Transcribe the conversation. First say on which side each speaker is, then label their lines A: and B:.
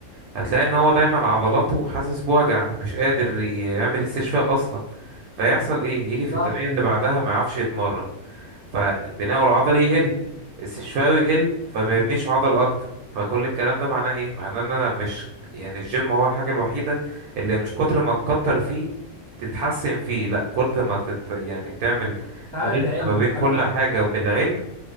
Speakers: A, on the right; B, on the right.
A: هتلاقي ان هو دايما عضلاته حاسس بوجع مش قادر يعمل استشفاء اصلا فيحصل ايه يجي في
B: صح
A: التمرين اللي بعدها ما يعرفش يتمرن فبناءه العضلي يقل استشفائه يقل فما يبنيش عضل اكتر فكل الكلام ده معناه ايه معناه ان انا مش يعني الجيم هو الحاجة الوحيدة اللي مش كتر ما تكتر فيه تتحسن فيه لا كتر ما تت... يعني تعمل
B: تعامل
A: موازنة
B: بعلم
A: ما بين
B: وتعامل
A: كل
B: بعقل
A: حاجة بالعلم